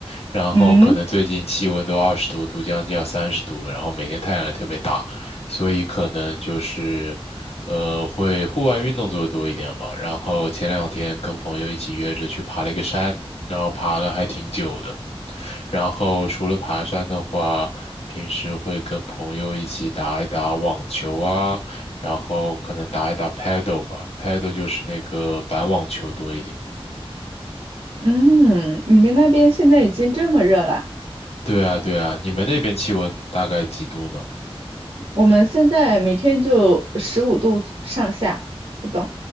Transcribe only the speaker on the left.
然后可能最近气温都二十度，
都将近要三十度了，然后每天太阳也特别大，所以可能就是，呃，会户外运动做的多一点吧。然后前两天跟朋友一起约着去爬了一个山，然后爬了还挺久的。然后除了爬山的话，平时会跟朋友一起打一打网球啊，然后可能打一打 paddle 吧，paddle 就是那个板网球多一点。
对啊，对啊，你们那边气温大概几度呢？